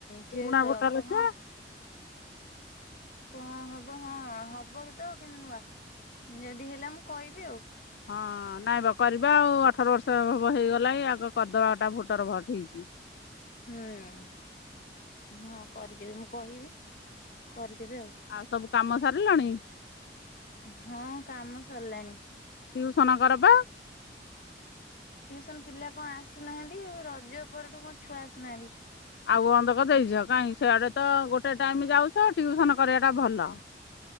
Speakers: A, on the left; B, on the left.
A: ସେ
B: ପୁରୁଣା
A: ତ
B: ଭୋଟର
A: କହ
B: ସେ
A: କଣ ହବ ହଁ ହବ କେତ କିନ୍ତୁ ନୂଆ ଯଦି ହେଲା ମୁଁ କହିବି ଆଉ।
B: ହଁ ନାଇଁ ବା କରିବା ଆଉ ଅଠର ବର୍ଷ ହେଇଗଲା ଆଗ କରିଦବାଟା ଭୋଟର ଭୋଟ ଠିକ୍।
A: ହୁଁ ହଁ କରିଦେବି ମୁଁ କହିବି କରିଦେବି ଆଉ।
B: ଆଉ ସବୁ କାମ ସାରିଲଣି?
A: ହଁ କାମ ସରିଲାଣି।
B: ଟିଉସନ କର ବା?
A: ଟିଉସନ ପିଲା କଣ ଆସୁନାହାନ୍ତି ଆଉ ରଜ ପରଠୁ କଣ ଛୁଆ ଆସୁନାହାନ୍ତି।
B: ଆଉ ଅନ୍ଧକ ଦେଇଛ କାଇହିଁ ସେଆଡେ ତ ଗୋଟେ ଟାଇମ ଯାଉଛ ଟିଉସନ କରିବା ଟା ଭଲ।